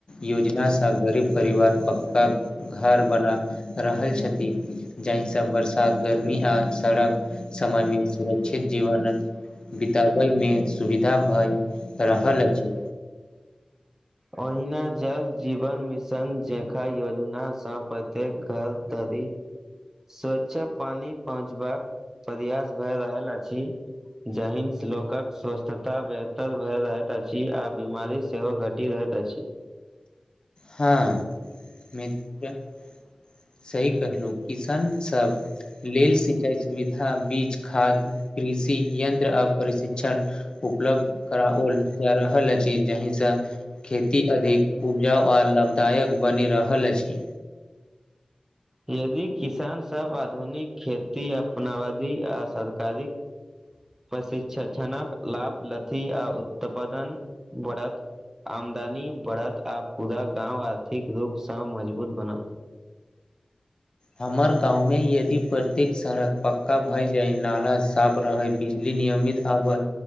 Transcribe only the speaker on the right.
ओहिना जल जीवन मिशन जखा योजनासँ प्रत्येक घर दादी सुरक्षा पानी पहुँचबाक प्रयास भए रहल अछि जाहिसँ लोकक स्वस्थता बेहतर भए रहैत अछि आ बीमारी सेहो घट टी रहैत अछि
यदि किसान सब आधुनिक खेती अपनावधी आ सरकारीक प्रशिक्ष्षणक लाभ लथी आ उत्पादन बढ़त आमदनी बढ़त आ पूरा गाँव आर्थिक रूपसँ मजबूत बनत